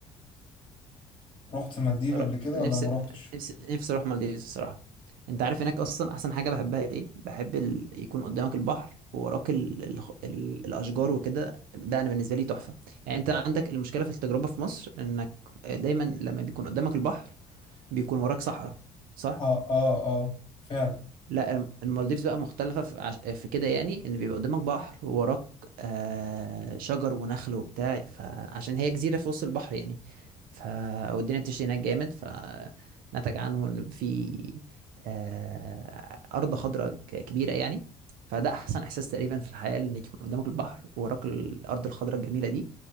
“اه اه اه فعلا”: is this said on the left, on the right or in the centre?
Left